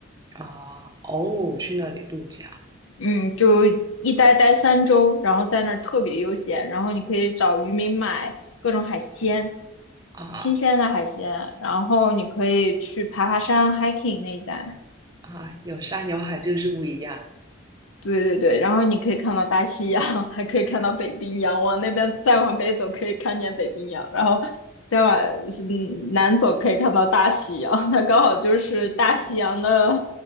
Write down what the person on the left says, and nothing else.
嗯，就一待待三周，然后在那儿特别悠闲，然后你可以找渔民买各种海鲜，
新鲜的海鲜，然后你可以去爬爬山，hiking 那一带。
对对对，然后你可以看到大西洋，<laughs> 还可以看到北冰洋，往那边再往北走可以看见北冰洋，然后再往嗯南走可以看到大西洋，<laughs> 它刚好就是大西洋的，